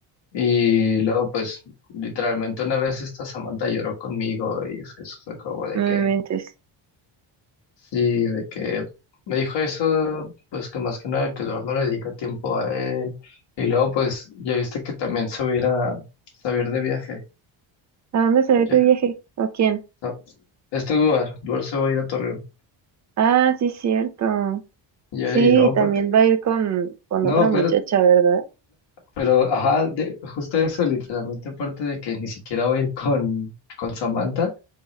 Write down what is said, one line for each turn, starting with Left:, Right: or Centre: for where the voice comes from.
Left: Y luego, pues, literalmente una vez esta Samantha lloró conmigo y eso fue como de
Right: No me
Left: que,
Right: mentes.
Left: sí, de que me dijo eso, pues que más que nada que luego no le dedica tiempo a él. Y luego, pues, ya viste que también se va a ir a, se va a ir de viaje.
Right: ¿A dónde se ve
Left: Ya,
Right: tu viaje? ¿O quién?
Left: no, Este Duar, Duar se va a ir a Torreón.
Right: Ah, sí, cierto.
Left: Ya,
Right: Sí,
Left: y luego aparte,
Right: también va a ir con, con
Left: no,
Right: otra muchacha,
Left: pero,
Right: ¿verdad?
Left: pero, ajá, de- justo eso, literalmente aparte de que ni siquiera va a ir con, con Samantha.